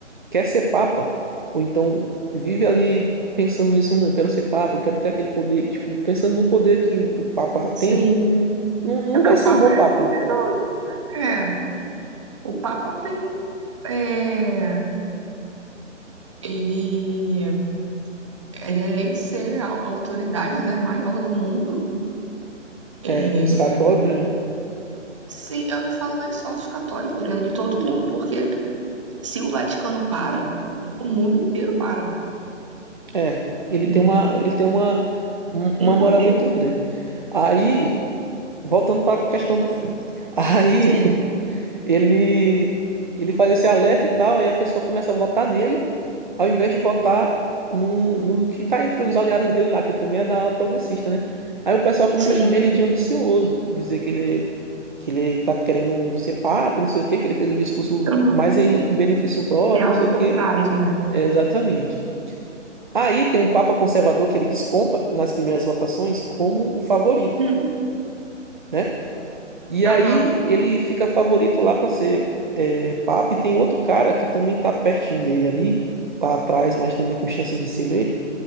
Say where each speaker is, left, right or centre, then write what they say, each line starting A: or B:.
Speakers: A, on the right; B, on the right.
A: quer ser papa, ou então vive ali pensando nisso, "Hum, eu quero ser papa, eu quero ter aquele poder, tipo, pensando no poder que o papa tem,
B: sim.
A: não, não
B: É porque
A: vai
B: o
A: ser
B: Papa
A: um bom
B: é
A: papa.
B: poderoso, né? É, o Papa tem um. É, ele, ele, além de ser a a autoridade, né, maior do mundo, é,
A: É, os católicos, né?
B: sim, eu não falo nem só dos católicos, é de todo mundo, porque se o Vaticano para, o mundo inteiro para.
A: É, ele
B: Um,
A: tem uma, ele tem uma, um-
B: um
A: uma
B: poder,
A: moral muito grande. Aí, voltando para a questão do filme. <laughs> Aí
B: sim,
A: ele ele faz esse alerta e tal, aí a pessoa começa a votar nele, ao invés de votar no, no que está entre os aliados dele lá, que também é da ala progressista, né? Aí o pessoal começa
B: sim.
A: a chamar ele de ambicioso, dizer que ele que ele tá querendo ser papa, não sei o quê, que ele fez o discurso
B: Aham.
A: mais em benefício próprio,
B: Tem algo
A: não sei o
B: por
A: quê.
B: trás, né?
A: É, exatamente. Aí tem um papa conservador que ele desponta nas primeiras votações como o favorito,
B: Hum,
A: né? E aí
B: Aham,
A: ele fica favorito lá para ser é, papa. E tem outro cara que também tá pertinho dele ali, tá atrás, mas também com chance de ser eleito,